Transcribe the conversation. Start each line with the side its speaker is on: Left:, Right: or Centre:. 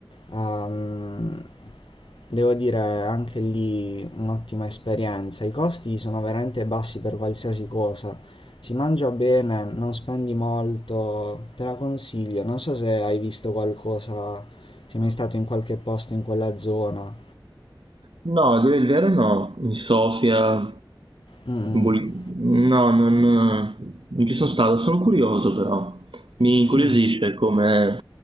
Left: ehm, devo dire anche lì un'ottima esperienza, i costi sono veramente bassi per qualsiasi cosa, si mangia bene, non spendi molto, te la consiglio, non so se hai visto qualcosa, se sei mai stato in qualche posto in quella zona.
Right: No, a dire il vero no, in Sofia,
Left: Mm, mm.
Right: in Bul- no, non, non ci sono stato, sono curioso però, mi
Left: Sì,
Right: incuriosisce come,